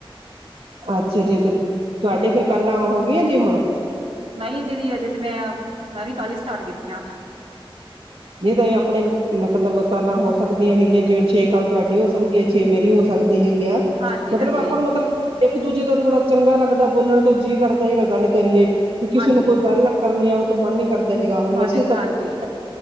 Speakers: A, on the right; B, on the right.
A: ਅੱਛਾ ਜੀ! ਤੇ ਤੁਹਾਡੇ ਫੇਰ ਕਾਲਾਂ ਹੋ ਗਈਆਂ ਜੀ ਹੁਣ?
B: ਨਹੀਂ ਦੀਦੀ ਅਜੇ ਤੇ ਮੈਂ, ਮੈਂ ਵੀ ਕੱਲ ਹੀ ਸਟਾਰਟ ਕੀਤੀਆਂ।
A: ਨਹੀਂ ਤਾਂ ਇਹ ਆਪਣੇ ਮਤਲਬ ਕਾਲਾਂ ਹੋ ਸਕਦੀਆਂ ਹੈਗੀਆਂ ਜਿਵੇਂ ਛੇ ਕਾਲਾਂ ਤੁਹਾਡੀ ਹੋ ਸਕਦੀ ਏ। ਛੇ ਮੇਰੀ ਹੋ ਸਕਦੀ ਹੈਗੀਆ।
B: ਹਾਂਜੀ,
A: ਮਤਲਬ
B: ਹਾਂਜੀ
A: ਆਪਾਂ ਨੂੰ ਮਤਲਬ ਇੱਕ ਦੂਜੇ ਦਾ ਥੋੜ੍ਹਾ ਚੰਗਾ ਲੱਗਦਾ ਬੋਲਣ ਤੋਂ ਜੀਅ ਕਰਦਾ ਹੈਗਾ ਗੱਲ ਕਰੀਏ। ਵੀ ਕਿਸੇ
B: ਹਾਂਜੀ
A: ਨੂੰ ਕੋਈ ਗੱਲ ਨਾ ਕਰਨੀ ਆਵੇ ਤਾਂ ਮਨ ਨੀ ਕਰਦਾ ਹੈਗਾ ਹੁਣ
B: ਮਾਨੇ
A: ਮੈਸੇਜ ਤਾਂ
B: ਹਾਂਜੀ